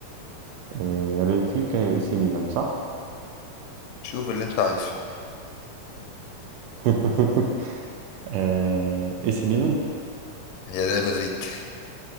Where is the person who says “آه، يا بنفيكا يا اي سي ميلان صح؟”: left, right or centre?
Right